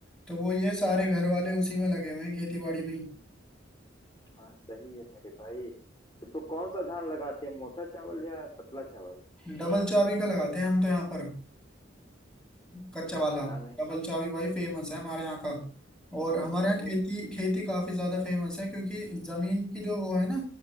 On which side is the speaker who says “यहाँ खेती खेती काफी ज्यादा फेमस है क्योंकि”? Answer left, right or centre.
Centre